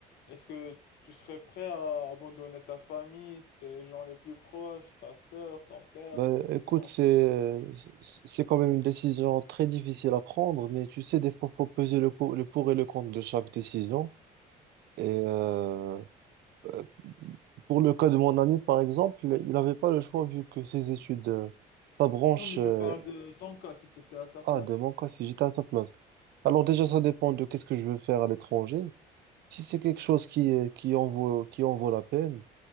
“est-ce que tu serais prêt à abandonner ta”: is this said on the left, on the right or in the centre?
Left